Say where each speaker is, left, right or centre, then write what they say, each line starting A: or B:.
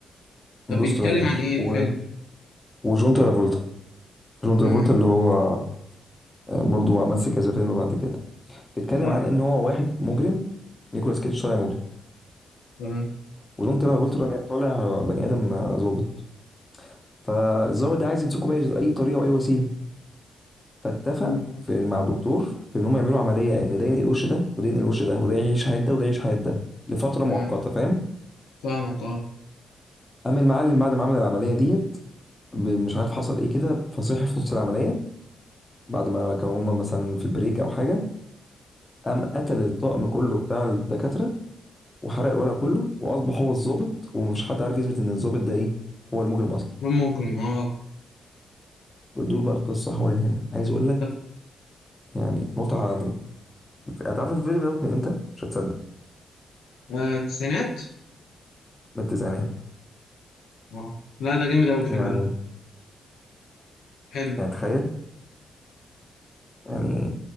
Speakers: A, on the left; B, on the left.
A: طب
B: جوست
A: بيتكلم
B: رايدر
A: عن ايه
B: و...
A: الفيلم؟
B: وجون ترافولتا جون
A: امم
B: ترافولتا اللي هو برضه مثل كذا فيلم بعد كده بيتكلم
A: ايوه
B: عن ان هو واحد مجرم نيكولاس كيدج طالع مجرم
A: تمام
B: وجون ترافولتا طالع طالع آه، بني ادم آه، ظابط فالظابط ده عايز يمسكه باي اي طريقه واي وسيله فاتفق
A: مم،
B: في مع الدكتور في ان هم يعملوا عمليه ان ده ينقل وش ده وده ينقل وش ده وده يعيش حياه ده وده يعيش حياه ده لفتره
A: تمام
B: مؤقته فاهم
A: فاهمك اه
B: اما المعلم بعد ما عمل العمليه ديت ب- مش عارف حصل ايه كده فصحي في نص العمليه بعد ما كانوا هما مثلا في بريك او حاجه قام قتل الطاقم كله بتاع الدكاتره وحرق الورق كله واصبح هو الضابط ومفيش حد عارف يثبت ان الضابط ده ايه هو المجرم اصلا
A: مجرم اه
B: بتدور بقى القصه حوالين هنا عايز اقول لك
A: طب
B: يعني متعه هتعرف الفيلم دوت من امتى مش هتصدق
A: آه، التسعينات؟
B: من التسعينات
A: اه لا ده جامد اوي الفيلم
B: يعني
A: ده حلو
B: يعني تخيل يعني